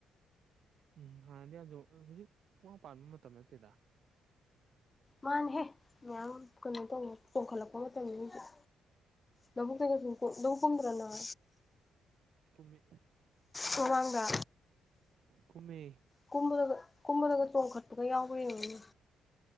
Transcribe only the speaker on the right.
ꯎꯝ ꯍꯥꯟꯅꯗꯤ ꯌꯥꯝ ꯆꯣꯡ ꯍꯨꯖꯤꯛ ꯋꯥ ꯄꯥꯟꯕ ꯃꯇꯝ ꯅꯠꯇꯦꯗ
ꯀꯨꯝꯃꯤ
ꯀꯨꯝꯃꯦ